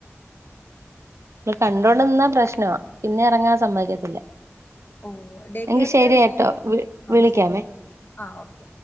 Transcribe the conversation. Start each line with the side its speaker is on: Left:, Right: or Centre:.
Right: ള് കണ്ടോണ്ട് നിന്നാ പ്രശ്നവാ പിന്നെറങ്ങാൻ സമ്മതിക്കത്തില്ല.
Left: ഓ ഡേ
Right: എങ്കി
Left: കെയറില്
Right: ശെരി കെട്ടോ
Left: പോകുമ്പോ
Right: വി
Left: ആഹ്
Right: വിളിക്കാമേ.
Left: ശരിടാ ആഹ് ഓക്കെ